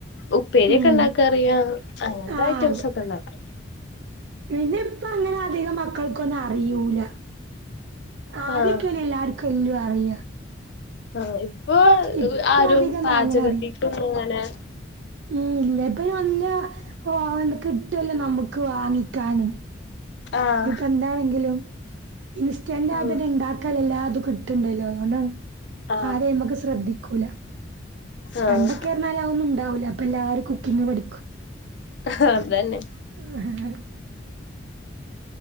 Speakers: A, on the left; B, on the right.
A: ഉപ്പേരി
B: ഉം
A: ഒക്കെ ഇണ്ടാക്കറിയാം അങ്ങനത്തെ
B: ആഹ്
A: ഐറ്റംസ്
B: അതെ
A: ഒക്കെ ണ്ടാക്കാം
B: പിന്നെ ഇപ്പ അങ്ങനെ അധികം മക്കൾക്കൊന്നും അറിയൂല ആദ്യക്കെന്നെ
A: ആഹ്
B: എല്ലാര്ക്കും എല്ലു അറിയാ
A: ആഹ് ഇപ്പോ
B: ഇപ്പ
A: ആരും
B: അധികൊന്നും
A: പാചകത്തിക്കൊന്നങ്ങനെ
B: അങ്ങനെ അറി <unintelligible> കിട്ടല്ലോ നമ്മുക്ക് വാങ്ങിക്കാന്
A: ആഹ്
B: ഇപ്പന്താണെങ്കിലും ഇൻസ്റ്റൻറ്റ്
A: ആഹ്
B: ആയ്ട്ട് ത് ഇണ്ടാ ക്കല്ലല്ല അതും കിട്ട്ണ്ടല്ലോ അതൊ ണ്ടാണ്
A: ആഹ്
B: ആരും അയ്മക്ക് ശ്രദ്ധിക്കൂലാ
A: ആഹ്
B: പണ്ടൊക്കെ എറഞ്ഞാല് അ ഒന്നും ഉണ്ടാവൂല്ല അപ്പോ എല്ലാരും കുക്കിങ്ങ് പഠിക്കും
A: ആഹ് അതന്നെ
B: <unintelligible>